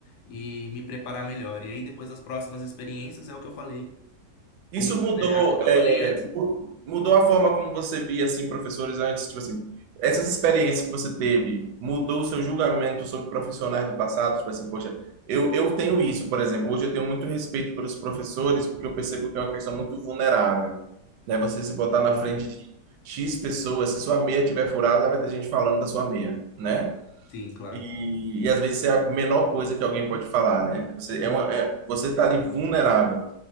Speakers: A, on the left (about 80°); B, on the right (about 85°).
A: e me preparar melhor. E aí, depois das próximas experiências, é o que eu falei
B: Isso
A: com isso,
B: mudou,
A: né? Ah, é o que eu
B: é,
A: falei antes.
B: mu- mudou a forma como você via assim professores antes, tipo assim, essas experiências que você teve, mudou o seu julgamento sobre profissionais do passado, tipo assim, poxa, eu, eu tenho isso, por exemplo, hoje eu tenho muito respeito pelos professores porque eu percebo que é uma questão muito vulnerável, né? Você se botar na
A: Uhum,
B: frente de X pessoas, se sua meia tiver furada, vai ter gente falando da sua meia, né?
A: Sim, claro.
B: E, e às vezes é a menor coisa que alguém pode falar, né? Você
A: Uhum.
B: é uma, é- você tá ali vulnerável.